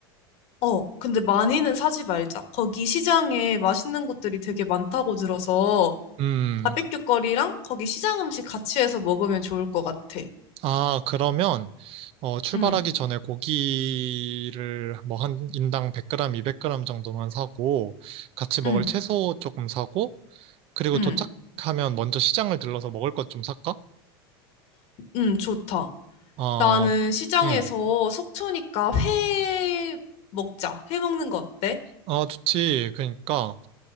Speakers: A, on the left; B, on the right.
A: 어, 근데 많이는 사지 말자. 거기 시장에 맛있는 것들이 되게 많다고 들어서
B: 음.
A: 바베큐 거리랑 거기 시장 음식 같이 해서 먹으면 좋을 것 같아.
B: 아, 그러면 어, 출발하기
A: 응,
B: 전에 고기를 뭐 한 인당 100g, 200g 정도만 사고 같이 먹을
A: 응,
B: 채소 조금 사고 그리고
A: 응.
B: 도착하면 먼저 시장을 들러서 먹을 것 좀 살까?
A: 응, 좋다.
B: 아
A: 나는 시장에서
B: 음.
A: 속초니까 회 먹자. 회 먹는 거 어때?
B: 아, 좋지. 그러니까